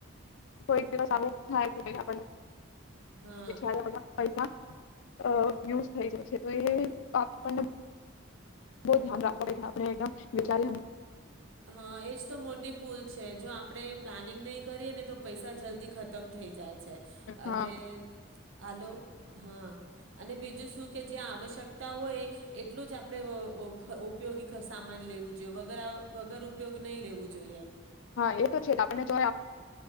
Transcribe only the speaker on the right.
હા
હા એજ તો મોટી ભૂલ છે જો આપણેે પ્લાનિંગ નહીં કરીએ ને તો પૈસા જલ્દી ખતમ થઈ જાય છે અને
આલો હા અને બીજું શું? કે જ્યા આવશ્યકતા હોય એટલું જ આપણે અ ઉપયોગી કસા માં માની લેવું જોયે વગર વગર ઉપયોગ નહી લેવું જોઈએ.